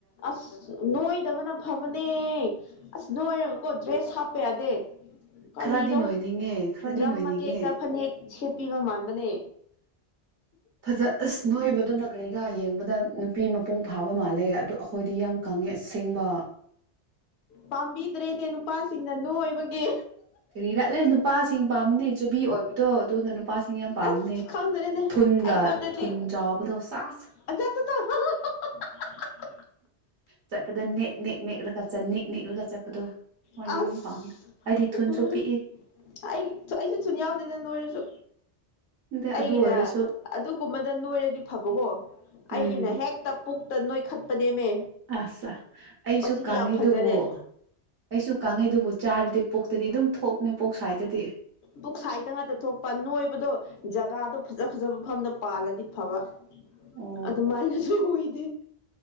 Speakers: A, on the left; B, on the right.
A: ꯑꯁ ꯅꯣꯏꯗꯕꯅ ꯐꯕꯅꯦ ꯑꯁ ꯅꯣꯏꯔꯒꯀꯣ ꯗ꯭ꯔꯦꯁ ꯍꯥꯞꯄ ꯌꯥꯗꯦ ꯀꯔꯤꯔꯣ
B: ꯈꯔꯗꯤ ꯅꯣꯏꯅꯤꯡꯉꯦ ꯈꯔꯗꯤ
A: ꯗ꯭ꯔꯝ
B: ꯅꯣꯏꯅꯤꯡꯉꯦ
A: ꯃꯇꯦꯛꯇ ꯐꯅꯦꯛ ꯁꯦꯠꯄꯤꯕ ꯃꯥꯟꯕꯅꯦ
B: ꯐꯖ ꯑꯁ ꯅꯣꯏꯕꯗꯨꯅ ꯀꯔꯤꯔꯥ ꯌꯦꯡꯕꯗ ꯅꯨꯞ ꯄꯤ ꯃꯄꯨꯡ ꯐꯥꯕ ꯃꯥꯜꯂꯦ ꯑꯗꯨ ꯑꯩꯈꯣꯏꯗꯤ ꯌꯥꯡ ꯀꯪꯉꯦ ꯑꯁꯦꯡꯕ
A: ꯄꯥꯝꯕꯤꯗ꯭ꯔꯦꯅꯦ ꯅꯨꯄꯥꯁꯤꯡꯅ ꯅꯣꯏꯕꯒꯤ
B: ꯀꯔꯤ ꯔꯠꯂꯦ ꯅꯨꯄꯥꯁꯤꯡ ꯄꯥꯝꯅꯦ ꯆꯨꯕꯤ ꯑꯣꯏꯕꯗꯣ ꯑꯗꯨꯅ ꯅꯨꯄꯥꯁꯤꯡ ꯌꯥꯝ ꯄꯥꯝꯅꯦ
A: ꯑꯁ ꯈꯪꯗ꯭ꯔꯦꯅꯦ
B: ꯊꯨꯟꯒ
A: ꯑꯩꯉꯣꯟꯗꯗꯤ
B: ꯊꯨꯟ ꯆꯥꯎꯕꯗꯣ ꯁꯥꯁ
A: <unintelligible>
B: ꯆꯠꯄꯗ ꯅꯦꯛ ꯅꯦꯛ ꯅꯦꯛꯂꯒ ꯅꯤꯛ ꯅꯤꯛꯂꯒ ꯆꯠꯄꯗꯣ ꯍꯣꯏꯗꯤ
A: ꯑꯁ
B: ꯌꯥꯝ ꯄꯥꯝꯃꯦ ꯑꯩꯗꯤ ꯊꯨꯟꯁꯨ
A: ꯎꯝ
B: ꯄꯤꯛꯏ
A: ꯑꯩ ꯑꯩꯁꯨ ꯊꯨꯟ ꯌꯥꯎꯗꯦꯗ ꯅꯣꯏꯔꯁꯨ
B: ꯑꯗ
A: ꯑꯩꯒꯤꯅ
B: ꯑꯗꯨ ꯑꯣꯏꯔꯁꯨ
A: ꯑꯗꯨꯒꯨꯝꯕꯗ ꯅꯣꯏꯔꯗꯤ ꯐꯕꯀꯣ ꯑꯩꯒꯤꯅ
B: ꯎꯝ
A: ꯍꯦꯛꯇ ꯄꯨꯛꯇ ꯅꯣꯏꯈꯠꯄꯅꯦꯃꯦ
B: ꯑꯁꯁꯥ ꯑꯩꯁꯨ
A: ꯑꯁꯤꯗꯤ
B: ꯀꯪꯉꯦ
A: ꯌꯥꯝ ꯐꯖꯔꯦ
B: ꯑꯗꯨꯕꯨ ꯑꯩꯁꯨ ꯀꯪꯉꯦꯗꯨꯕꯨ ꯆꯥꯔꯗꯤ ꯄꯨꯛꯇꯗꯤ ꯑꯗꯨꯝ ꯊꯣꯛꯅꯤ ꯄꯣꯛ ꯁ꯭ꯋꯥꯏꯗꯗꯤ
A: ꯄꯨꯛ ꯁꯥꯏꯗ ꯉꯥꯛꯇ ꯊꯣꯛꯄ ꯅꯣꯏꯕꯗꯣ ꯖꯒꯥꯗꯣ ꯐꯖ ꯐꯖꯕ ꯃꯐꯝꯗ ꯄꯥꯜꯂꯗꯤ ꯐꯕ
B: ꯑꯣ
A: ꯑꯗꯨ ꯃꯥꯥꯏꯅꯁꯨꯨ ꯑꯣꯏꯗꯦ